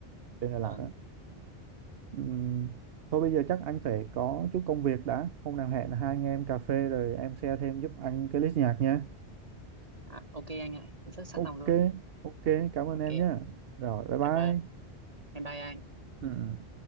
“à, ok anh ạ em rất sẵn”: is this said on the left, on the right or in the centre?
Right